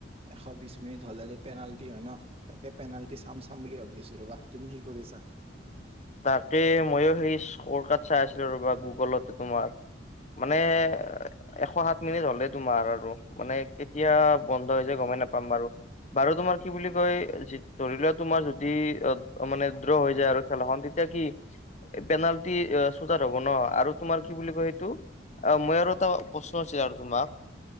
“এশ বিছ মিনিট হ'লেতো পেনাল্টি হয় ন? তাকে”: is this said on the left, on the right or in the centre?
Right